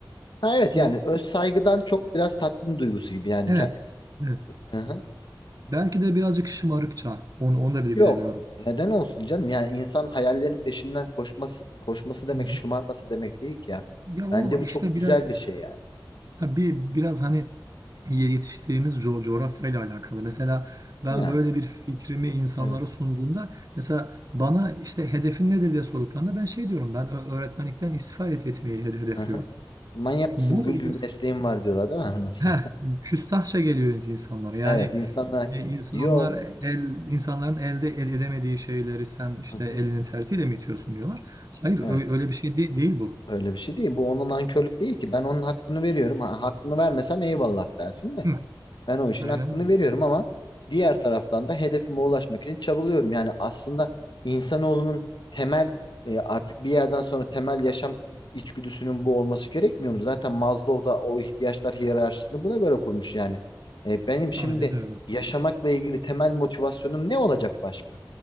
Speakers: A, on the left; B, on the right.
A: Ha evet
B: O
A: yani öz saygıdan çok biraz tatmin duygusu gibi yani.
B: evet.
A: Ke-
B: Evet.
A: Hı hı.
B: Belki de birazcık şımarıkça onu onu da bile
A: Yok.
B: bilemiyorum.
A: Neden olsun canım? Yani insan hayallerin peşinden koşması koşması demek
B: Hı hı.
A: şımarması demek değil ki ya.
B: Ya
A: Bence
B: o
A: bu
B: işte
A: çok güzel
B: biraz
A: bir şey yani.
B: Ha, Bir biraz hani ye- yetiştiğimiz co coğrafyayla alakalı. Mesela ben
A: Ya.
B: böyle bir fikrimi insanlara
A: Evet.
B: sunduğumda mesela bana işte hedefin nedir diye sorduklarında ben şey diyorum ben ö- öğretmenlikten istifa et- etmeyi hede- hedefliyorum.
A: Hı hı. Manyak mısın?
B: Bu
A: Gül gibi
B: ins-
A: mesleğin var diyorlar değil mi? <laughs> Anlasın.
B: Heh, küstahça geliyor ins- insanlara. Yani
A: Evet insanlar
B: e, insanlar
A: yo
B: el insanların elde ed- edemediği şeyleri sen işte
A: Hı
B: elinin
A: hı.
B: tersiyle mi itiyorsun diyorlar. Hayır ö-
A: evet
B: öyle bir şey de- değil bu.
A: öyle bir şey değil. Bu onun nankörlük değil ki. Ben onun hakkını veriyorum. Ha, hakkını vermesem eyvallah dersin de.
B: Hı.
A: Ben o işin
B: Aynen
A: hakkını
B: öyle.
A: veriyorum ama diğer taraftan da hedefime ulaşmak için çabalıyorum. Yani aslında insanoğlunun temel e, artık bir yerden sonra temel yaşam içgüdüsünün bu olması gerekmiyor mu? Zaten Maslow da o ihtiyaçlar hiyerarşisini buna göre kurmuş yani. E, benim şimdi
B: Aynen öyle.
A: yaşamakla ilgili temel motivasyonum ne olacak başka?